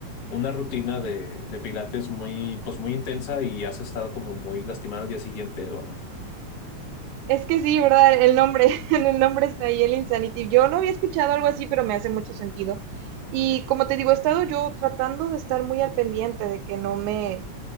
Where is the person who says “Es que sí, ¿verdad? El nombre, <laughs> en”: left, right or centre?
Right